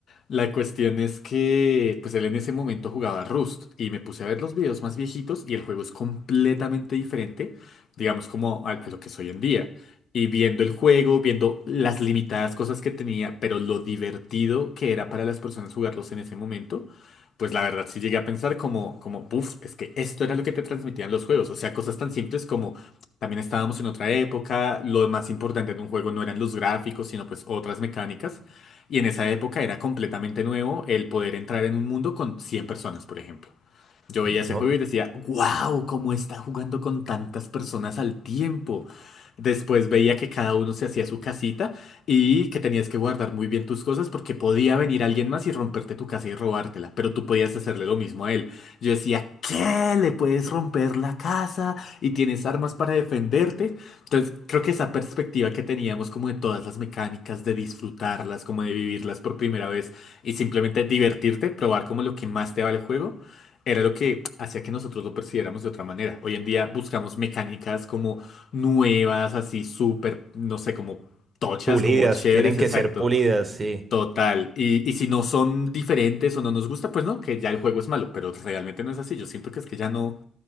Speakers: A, on the left; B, on the right.
A: La cuestión es que, pues él en ese momento jugaba Rust y me puse a ver los videos más viejitos y el juego es completamente diferente, digamos, como a, a lo que es hoy en día. Y viendo el juego, viendo las limitadas cosas que tenía, pero lo divertido que era para las personas jugarlos en ese momento, pues la verdad sí llegué a pensar como, como, puff es que esto era lo que te transmitían los juegos. O sea, cosas tan simples como también estábamos en otra época, lo más importante en un juego no eran los gráficos, sino pues otras mecánicas. Y en esa época era completamente nuevo el poder entrar en un mundo con 100 personas, por ejemplo. Yo veía ese
B: No.
A: juego y decía, wow, cómo está jugando con tantas personas al tiempo. Después veía que cada uno se hacía su casita y que tenías que guardar muy bien tus cosas porque podía venir alguien más y romperte tu casa y robártela, pero tú podías hacerle lo mismo a él. Yo decía, ¿qué? ¿Le puedes romper la casa y tienes armas para defenderte? Entonces, creo que esa perspectiva que teníamos como de todas las mecánicas, de disfrutarlas, como de vivirlas por primera vez y simplemente divertirte, probar como lo que más te va el juego era lo que hacía que nosotros lo percibiéramos de otra manera. Hoy en día buscamos mecánicas como nuevas, así súper, no sé, como tochas,
B: Pulidas,
A: como chéveres,
B: tienen que
A: exacto.
B: ser pulidas, sí.
A: Total. Y, y si no son diferentes o no nos gusta, pues no, que ya el juego es malo, pero realmente no es así. Yo siento que es que ya no,